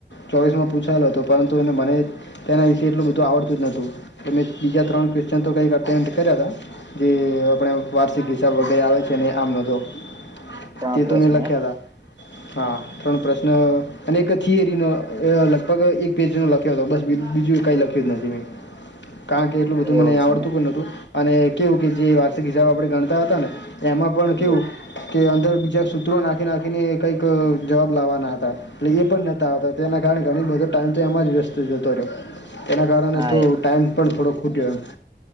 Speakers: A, on the left; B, on the right.
A: ચોવીસ માં પૂછાયેલો હતો પરંતુ એને મને તેના વિશે એટલું બધું આવડતું જ નતું બીજા ત્રણ ક્વેશન તો કંઈક અટેન્ડ કર્યા હતા. જે આપણે વાર્ષિક હિસ્સા વગેરે આવે છે. <unintelligible> આમનોધો તો
B: ત્રણ
A: તે
B: પ્રશ્ન
A: તોમે લખ્યા
B: એમ
A: હતા હા ત્રણ પ્રશ્ન અને એક થિયરીનોો લગભગ એક પેજ નો લખ્યો હતો બસ બીજું કઈ લખ્યું કલખ્યું જ નથી મેં કારણ કે એટલું બધું
B: એવું
A: મને આવડતું
B: છે
A: પણ નતું અને કેવું કે જે વાર્ષિક હિસાબો આપણે ગણતા હતા ને એમાં પણ કેવું
B: જો
A: કે અંદર બીજા સૂત્રો નાખી નાખીને કઈક જવાબ લાવવાના હતા. એટલે એ પણ નતા આવતા તેના કારણે ઘણી બધો ટાઈમ તો એમાં જ વેસ્ત જતો રહ્યો. તેના કારણે
B: હા
A: થો ટાઈમ પણ થોડો ખૂટ્યો